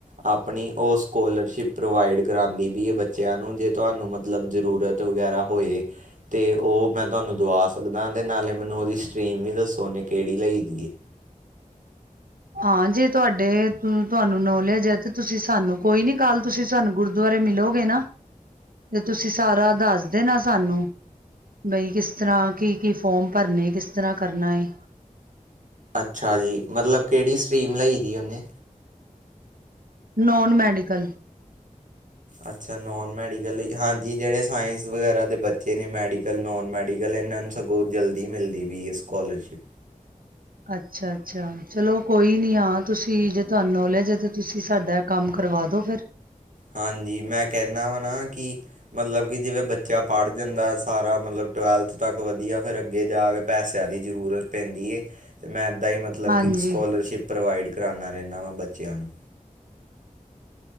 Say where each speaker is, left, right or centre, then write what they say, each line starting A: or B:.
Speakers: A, on the right (about 60°); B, on the right (about 80°).
A: ਆਪਣੀ ਉਹ ਸਕੋਲਰਸ਼ਿਪ ਪ੍ਰੋਵਾਈਡ ਕਰਾਉਂਦੀ ਪਈ ਹੈ ਬੱਚਿਆਂ ਨੂੰ ਜੇ ਤੁਹਾਨੂੰ। ਮਤਲਬ ਜਰੂਰਤ ਵਗੈਰਾ ਹੋਏ ਤੇ ਉਹ ਮੈਂ ਤੁਹਾਨੂੰ ਦਵਾ ਸਕਦਾ ਤੇ ਨਾਲੇ। ਮੈਨੂੰ ਉਹਦੀ ਸਟਰੀਮ ਵੀ ਦੱਸੋ ਉਹਨੇ ਕਿਹੜੀ ਲਈ ਦੀ ਹੈ?
B: ਹਾਂ, ਜੇ ਤੁਹਾਡੇ ਤੁਹਾਨੂੰ ਨਾਲੇਜ ਹੈ ਤੇ ਤੁਸੀਂ ਸਾਨੂੰ ਕੋਈ ਨੀ ਕੱਲ ਤੁਸੀਂ ਸਾਨੂੰ ਗੁਰਦੁਆਰੇ। ਗੁਰਦੁਆਰੇ ਮਿਲੋਗੇ ਨਾ ਤੇ ਤੁਸੀਂ ਸਾਰਾ ਦੱਸ ਦੇ ਨਾ ਸਾਨੂੰ ਬਈ ਕਿਸ ਤਰ੍ਹਾਂ ਕੀ ਕੀ ਫੋਰਮ ਭਰਨੇ ਕਿਸ ਤਰ੍ਹਾਂ ਕਰਨਾ ਏ?
A: ਅੱਛਾ ਜੀ, ਮਤਲਬ ਕਿਹੜੀ ਸਟਰੀਮ ਲਈ ਦੀ ਉਹਨੇ?
B: Non medical.
A: ਅੱਛਾ, ਨੋਨ ਮੈਡੀਕਲ ਹਾਂਜੀ ਜਿਹੜੇ ਸਾਇੰਸ ਵਗੈਰਾ ਦੇ ਬੱਚੇ ਨੇ ਮੈਡੀਕਲ ਨੋਨ ਮੈਡੀਕਲ ਇਹਨਾਂ ਸਗੋਂ ਜਲਦੀ ਮਿਲਦੀ ਪਈ ਏ ਸਕੋਲਰਸ਼ਿਪ।
B: ਅੱਛਾ ਅੱਛਾ ਚਲੋ ਕੋਈ ਨੀ ਹਾਂ ਜੇ ਤੁਹਾਨੂੰ ਨੌਲੇਜ ਹੈ ਤੇ ਤੁਸੀਂ ਸਾਡਾ। ਕੰਮ ਕਰਵਾ ਦਿਉ ਫਿਰ।
A: ਹਾਂਜੀ ਮੈਂ ਕਹਿੰਦਾ ਵਾ ਨਾ ਕਿ। ਮਤਲਬ ਕਿ ਜਿਵੇਂ ਬੱਚਾ ਪੜ੍ਹ ਜਾਂਦਾ ਸਾਰਾ ਮਤਲਬ ਟਵੈਲਥ ਤੱਕ ਵਧੀਆ। ਫਿਰ ਅੱਗੇ ਜਾ ਕੇ ਪੈਸਿਆਂ ਦੀ ਜ਼ਰੂਰਤ ਪੈਂਦੀ ਏ ਤੇ ਮੈਂ ਤਾਂ ਈ ਮਤਲਬ ਮਤਲਬ
B: ਹਾਂਜੀ
A: ਕਿ ਸਕੋਲਰਸ਼ਿਪ ਪ੍ਰੋਵਾਈਡ ਕਰਾਉਂਦਾ ਰਹਿਣਾ ਵਾ ਬੱਚਿਆਂ ਨੂੰ।